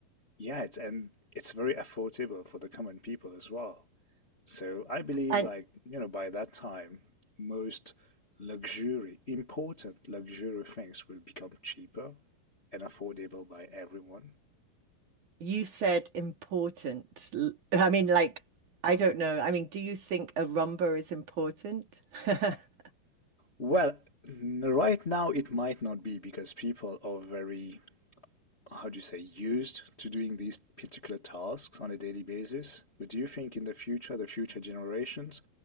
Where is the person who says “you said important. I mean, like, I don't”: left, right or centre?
Right